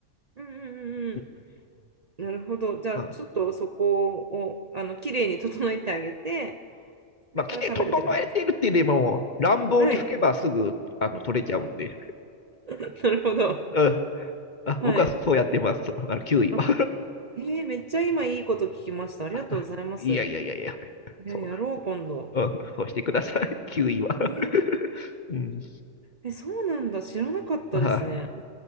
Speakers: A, on the right (about 45°); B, on the left (about 40°).
A: うんうんうんうん。
B: う
A: なるほど。じゃあ、
B: ん。うん。
A: ちょっとそこを、あの、綺麗に整えてあげて、それから食べるって感じです。
B: まあ、着て整えてるっていうよりも、乱暴に拭けばすぐ、
A: はい。
B: あの、取れちゃうんで。
A: <laughs> なるほど。
B: うん。あ、
A: はい。
B: 僕はそうやってます。あの、9位は。
A: あ、えー、めっちゃ今いいこと聞きました。ありがとうございます。
B: <laughs> いやいやいやいや。
A: いや、
B: そ
A: やろう、今度。
B: う。うん、そうしてください。9位は。<laughs>
A: えー、
B: うん。
A: え、そうなんだ。知らなかったですね。
B: はい。